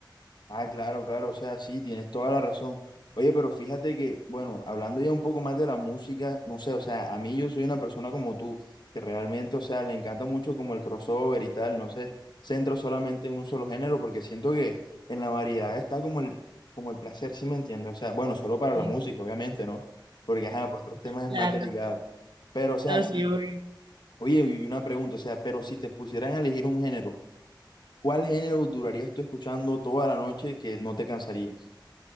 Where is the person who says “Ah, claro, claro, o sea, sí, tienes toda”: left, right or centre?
Left